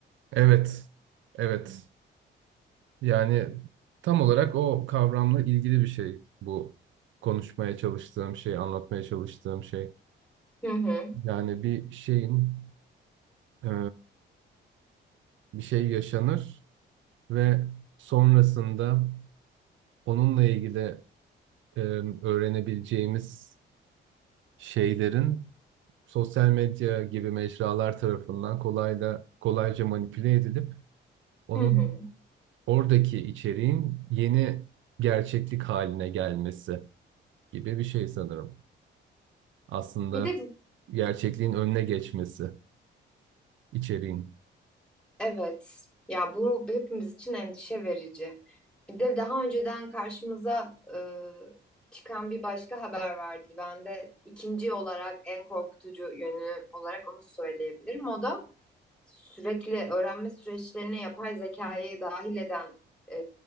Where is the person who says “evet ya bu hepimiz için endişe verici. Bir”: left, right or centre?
Centre